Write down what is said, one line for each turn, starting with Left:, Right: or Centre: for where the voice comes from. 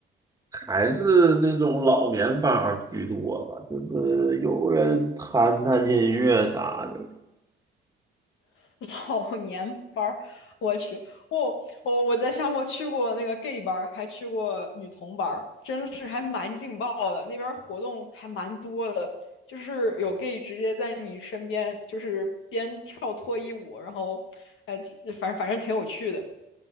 Right: 还是那种老年吧儿居多吧，就是有人弹弹音乐啥的。
Left: <laughs> 老年班儿，我去，我我我在夏坡去过那个 gay 班儿，还去过女同班儿，真的是还蛮劲爆的。那边儿活动还蛮多的，就是有 gay 直接在你身边，就是边跳脱衣舞，然后，哎，反正反正挺有趣的。